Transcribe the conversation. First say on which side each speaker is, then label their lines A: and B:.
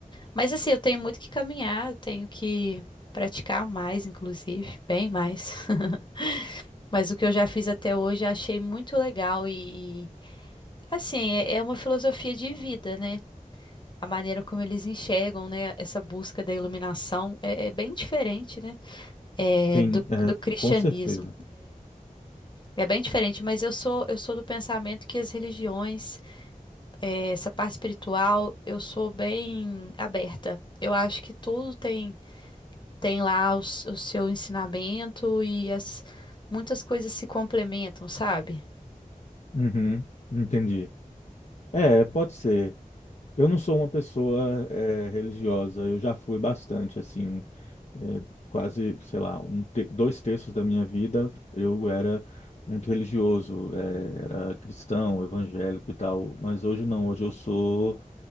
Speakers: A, on the left; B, on the left.
A: Mas assim, eu tenho muito que caminhar, eu tenho que praticar mais, inclusive, bem mais. <laughs> Mas o que eu já fiz até hoje, eu achei muito legal e, e assim, é é uma filosofia de vida, né? a maneira como eles enxergam, né, essa busca da iluminação é, é bem diferente, né, é,
B: Sim,
A: do,
B: é,
A: do cristianismo.
B: com certeza.
A: É bem diferente, mas eu sou eu sou do pensamento que as religiões, é, essa parte espiritual, eu sou bem aberta. Eu acho que tudo tem tem lá os- o, seu ensinamento e as muitas coisas se complementam, sabe?
B: Uhum, entendi. É, pode ser. Eu não sou uma pessoa, é, religiosa, eu já fui bastante, assim, É, quase, sei lá, um te- dois terços da minha vida eu era muito religioso, eh, era cristão, evangélico e tal, mas hoje não, hoje eu sou